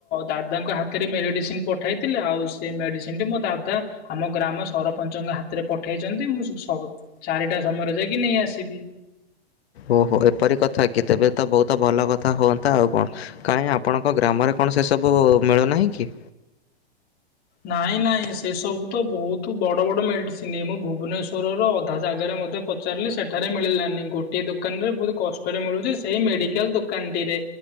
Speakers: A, on the left (about 30°); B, on the left (about 75°).
A: ଦାଦାଙ୍କ ହାତରେ ମେଡିସିନ ପଠାଇଥିଲା ଆଉ ସେ ମେଡିସିନ ଟି ମୋ ଦାଦା ଆମ ଗ୍ରାମ ସରପଞ୍ଚଙ୍କ ହାତରେ ପଠେଇଚନ୍ତି ମୁଁ ସବୁ ଚାରିଟା ସମୟରେ ଯାଇକି ନେଇ ଆସିବି।
B: ଓହୋ ଏପରି କଥା କି ତେବେ ତ ବହୁତ ଭଲ କଥା ହୁଅନ୍ତା ଆଉ କଣ। କାଇଁ ଆପଣଙ୍କ ଗ୍ରାମରେ କଣ ସେ ସବୁ ମିଳୁନାହିଁ କି?
A: ନାଇଁ ନାଇଁ ସେସବୁ ତ ବହୁତ ବଡ଼ ବଡ଼ ମେଡ଼ିସିନ ମୁଁ ଭୁବନେଶ୍ୱରର ଅଧା ଜାଗାରେ ମଧ୍ୟ ପଚାରିଲି ସେଠାରେ ମିଳିଲାନି ଗୋଟିଏ ଦୋକାନରେ ବହୁତ କଷ୍ଟରେ ମିଳୁଚି ସେଇ ମେଡ଼ିକାଲ ଦୋକାନଟିରେ।